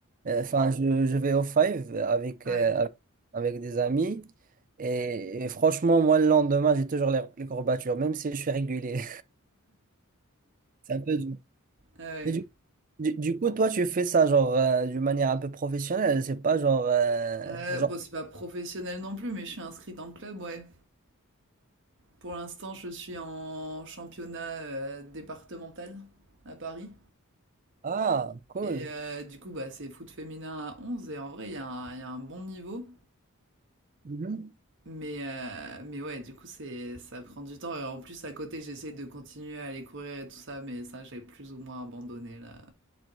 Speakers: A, on the right; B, on the right.
A: Euh, Enfin, je, je vais au five avec,
B: Ah
A: euh,
B: Ouais.
A: avec, avec des amis. Et, et franchement, moi, le lendemain, j'ai toujours les, les courbatures, même si je suis régulier. <laughs> C'est un peu dur.
B: Ah Ouais.
A: Mais du, du, du coup, toi, tu fais ça, genre, euh, d'une manière un peu professionnelle. C'est pas genre, euh,
B: Euh,
A: genre.
B: bon, c'est pas professionnel non plus, mais je suis inscrite en club, ouais. Pour l'instant, je suis en championnat euh, départemental à Paris.
A: Ah, cool.
B: Et euh, du coup, bah, c'est foot féminin à 11, et en vrai, il y, a un il y a un bon niveau.
A: Mhm.
B: Mais, euh, mais ouais, du coup, c'est, ça prend du temps. Et en plus, à côté, j'essaie de continuer à aller courir et tout ça, mais ça, j'ai plus ou moins abandonné, là.